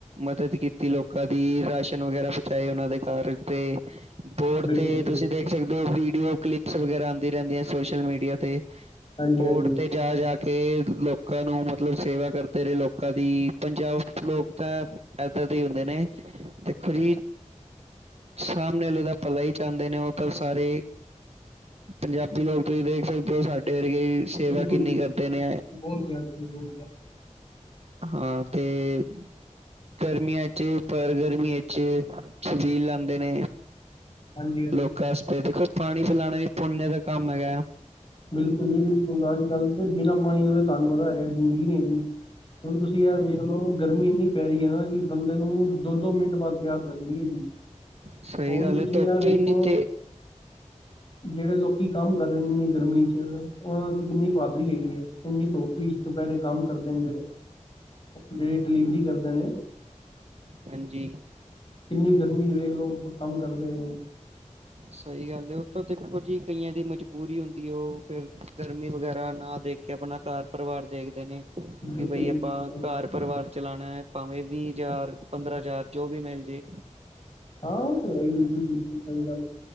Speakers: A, on the right; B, on the left.
A: ਮਦਦ ਕੀਤੀ ਲੋਕਾਂ ਦੀ। ਰਾਸ਼ਨ ਵਗੈਰਾ, ਪਹੁੰਚਾਏ। ਉਹਨਾਂ ਦੇ ਘਰ ਤੇ ਬੋਰਡ
B: ਬਿਲਕੁਲ
A: ਤੇ ਤੁਸੀਂ
B: ਜੀ,
A: ਦੇਖ ਸਕਦੇ ਓ। ਵੀਡੀਓ, ਕਲਿਪਸ ਵਗੈਰਾ ਆਉਂਦੀ ਰਹਿੰਦੀਆਂ। ਸੋਸ਼ਲ ਮੀਡੀਆ ਤੇ
B: ਹਾਂਜੀ-ਹਾਂਜੀ,
A: ਬੋਰਡ ਤੇ ਜਾ-ਜਾ ਕੇ ਲੋਕਾਂ ਨੂੰ ਮਤਲਬ, ਸੇਵਾ ਕਰਦੇ ਰਹੇ ਲੋਕਾਂ ਦੀ। ਪੰਜਾਬ ਲੋਕ ਤਾਂ ਇੱਦਾਂ ਦੇ ਹੀ ਹੁੰਦੇ ਨੇ। ਦੇਖੋ ਜੀ, ਸਾਹਮਣੇ ਵਾਲੇ ਦਾ ਪਲਾ ਹੀ ਚਾਦੇ ਨੇ। ਉਹ ਤਾਂ ਸਾਰੇ ਪੰਜਾਬੀ ਲੋਕ, ਤੁਸੀਂ ਦੇਖ ਸਕਦੇ ਓ। ਸਾਡੇ ਵਰਗੇ ਸੇਵਾ
B: ਬਿਲਕੁਲ
A: ਕਿੰਨੀ
B: ਜੀ, ਬਿਲਕੁਲ
A: ਕਰਦੇ ਨੇ
B: ਬਹੁਤ ਜ਼ਿਆਦਾ
A: ਹਾਂ, ਤੇ ਗਰਮੀਆਂ ਚ, ਪਰ ਗਰਮੀਆਂ ਚ ਛਬੀਲ ਲਾਂਦੇ ਨੇ।
B: ਹਾਂਜੀ-ਹਾਂਜੀ।
A: ਲੋਕਾਂ ਤੇ ਦੇਖੋ, ਪਾਣੀ ਪਿਲਾਣਾ ਵੀ ਪੁੁੰਨ ਦਾ ਕੰਮ ਹੈਗਾ।
B: ਬਿਲਕੁਲ ਜੀ, ਬਿਲਕੁਲ ਅੱਜ-ਕੱਲ ਤੇ ਬਿਨਾਂ ਪਾਣੀ ਤੋਂ ਤੈਨੂੰ ਪਤਾ ਹੈਗਾ, ਜ਼ਿੰਦਗੀ ਨਹੀਂ ਹੈਗੀ। ਹੁਣ, ਤੁਸੀਂ ਇਹ ਵੇਖ ਲਓ। ਗਰਮੀ ਇੰਨੀ ਪੈ ਰਹੀ ਹੈ ਨਾ, ਕਿ ਬੰਦੇ ਨੂੰ ਦੋ-ਦੋ ਮਿੰਟ ਬਾਅਦ ਪਿਆਸ ਲੱਗਦੀ ਹੈਗੀ।
A: ਸਹੀ
B: ਹੁਣ
A: ਗੱਲ
B: ਤੁਸੀਂ
A: ਹੈ ਧੁੱਪ
B: ਆ ਵੇਖੋ,
A: ਹੀ ਇੰਨੀ ਤੇ
B: ਜਿਹੜੇ ਲੋਕੀ ਕੰਮ ਕਰ ਰਹੇ ਨੇ, ਇੰਨੀ ਗਰਮੀ ਚ। ਉਹਨਾਂ ਦੀ ਕਿੰਨੀ ਬਾਦਰੀ ਹੈਗੀ ਐਂ। ਕਿੰਨੀ ਧੋਪੀ ਚ ਦੁਪਹਿਰੇ ਕੰਮ ਕਰਦੇ ਨੇ ਜਿਹੜੇ। ਜਿਹੜੇ ਡਿਲੀਵਰੀ ਕਰਦੇ ਨੇ।
A: ਹਾਂਜੀ।
B: ਕਿੰਨੀ ਗਰਮੀ, ਜਿਹੜੇ ਲੋਕ ਕੰਮ ਕਰਦੇ ਹੈਗੇ ਨੇ।
A: ਸਹੀ ਗੱਲ ਏ। ਉਹ ਤਾਂ ਦੇਖੋ ਜੀ, ਕਈਆਂ ਦੀ ਮਜਬੂਰੀ ਹੁੰਦੀ ਐ। ਉਹ ਫਿਰ ਗਰਮੀ ਵਗੈਰਾ ਨਾ ਦੇਖ ਕੇ, ਆਪਣਾ ਘਰ ਪਰਿਵਾਰ ਦੇਖਦੇ ਨੇ,
B: ਬਿਲਕੁਲ
A: ਕਿ ਬਈ
B: ਜੀ
A: ਆਪਾਂ
B: ਬਿਲਕੁਲ
A: ਘਰ ਪਰਿਵਾਰ ਚਲਾਣਾ ਐ। ਭਾਵੇਂ ਵੀਹ ਹਜ਼ਾਰ, ਪੰਦਰਾਂ ਹਜ਼ਾਰ ਜੋ ਵੀ ਮਿਲ ਜੇ।
B: ਹਾਂ। ਉਹ ਤੇ ਹੈ ਹੀ ਏ, ਜੀ। ਬਿਲਕੁਲ ਸਹੀ ਗੱਲ।